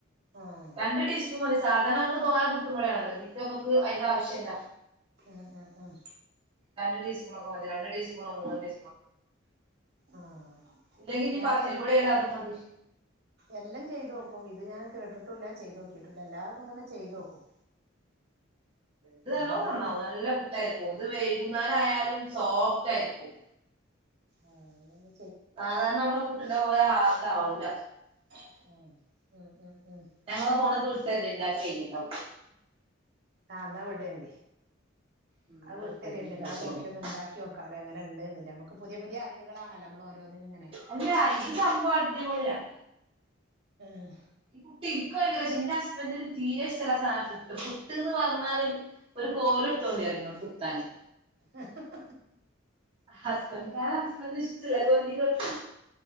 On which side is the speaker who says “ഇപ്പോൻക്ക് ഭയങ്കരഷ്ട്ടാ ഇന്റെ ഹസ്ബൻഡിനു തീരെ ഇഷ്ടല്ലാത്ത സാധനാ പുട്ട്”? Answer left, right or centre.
Right